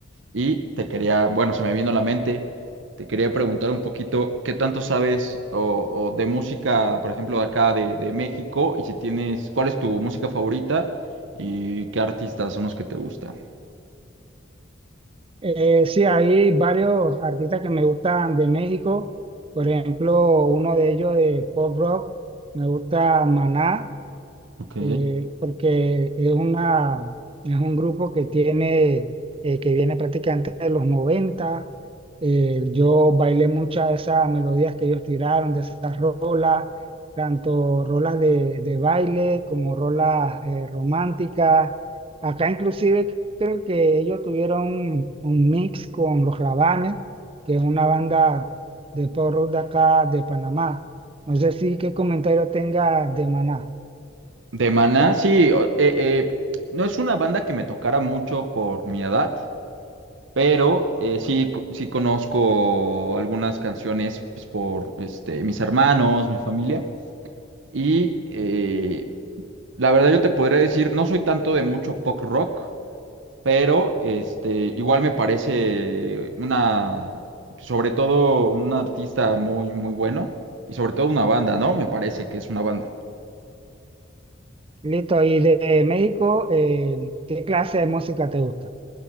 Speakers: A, on the right; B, on the right.
A: y te quería, bueno, se me vino a la mente, te quería preguntar un poquito qué tanto sabes o, o de música, por ejemplo, de acá de, de México y si tienes, ¿cuál es tu música favorita y qué artistas son los que te gustan?
B: Eh, sí, hay varios artistas que me gustan de México, por ejemplo, uno de ellos de pop rock, me gusta Maná,
A: Ok.
B: eh, porque es una, es un grupo que tiene, eh, que viene prácticamente de los 90. Eh, yo bailé muchas de esas melodías que ellos tiraron, de esas rolas, tanto rolas de, de baile como rolas eh, románticas. Acá inclusive creo que ellos tuvieron un, un mix con Los Rabanes, que es una banda de pop rock de acá, de Panamá. No sé si qué comentario tenga de Maná.
A: De Maná, sí, o- eh, eh, no es una banda que me tocara mucho por mi edad, pero eh, sí, co- sí conozco algunas canciones pues, por este, mis hermanos, mi familia, y eh, la verdad yo te podría decir, no soy tanto de mucho pop rock, pero este, igual me parece una, sobre todo un artista muy, muy bueno, y sobre todo una banda, ¿no? Me parece que es una banda.
B: Listo, y de, México, eh, ¿qué clase de música te gusta?